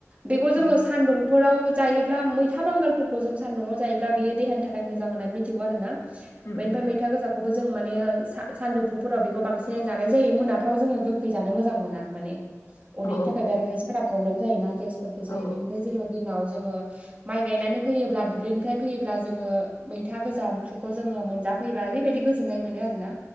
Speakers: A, on the right (about 25°); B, on the left (about 85°).
A: बेखौ जोङो
B: उम
A: सानदुंफोराव जायोब्ला मैथा बांगालफोरखौ जों सान्दुआव जायोब्ला बियो देहानि थाखाय मोजां होननानै मिथिगौ आरो ना।
B: उम
A: बेनिफाय
B: उम
A: मै था गोजाखौबो जों मानेा सानजौफुफोराव बेखौ बांसिनै जानाय जायो मोनाफ्राव जोङो गोखै जानो मोजां मोना माने। उदैनि
B: औ
A: थाखाय बे आरो खायसेफोरा प्रब्लेम जायोना गेसफोरबो जायो
B: औ
A: बेनिफ्राय जोङो दिनाव जोङो माइ गायनानै फैयोब्ला दुब्लिनिफ्राय फैयोब्ला जोङो मैथा गोजा ओंख्रिखौ जोङो मोनजा फैबा ओरैबायदि गोजोननाय मोनो आरो ना।